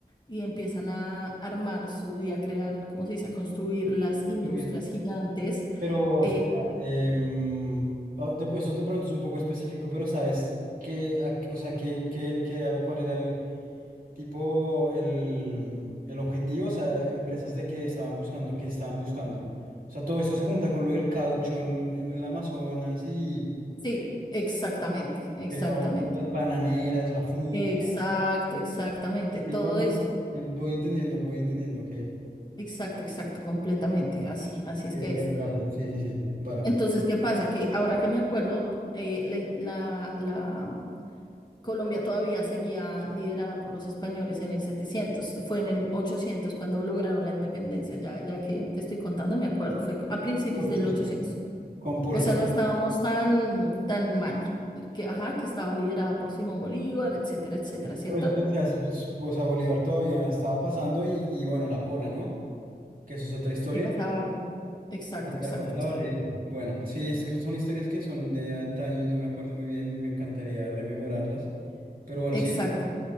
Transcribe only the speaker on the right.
sí.
Pero
espera, em, ah, de- esto de pronto es un poco específico, pero ¿sabes qué, a- o sea, qué, qué, qué era, cuál era el tipo, el, el objetivo? O sea, empresas de qué estaban buscando, qué estaban buscando. O sea, todo eso se junta con lo del caucho en, en el Amazonas y
eh, vamos, con las bananeras, la fruta.
Y bueno,
bueno, eh, voy entendiendo, voy entendiendo, ok.
Ok,
ok, gracias, sí, sí, sí, vale.
800.
Con Policarpo.
Por eso te decía, s- o sea, Bolívar todavía estaba pasando y, y bueno, la pola, ¿no? Que eso es otra historia.
Víctor
pasa la
barrieta. Bueno, sí, es que son historias que son de antaño y no me acuerdo muy bien, me encantaría rememorarlas. Pero bueno,
sí,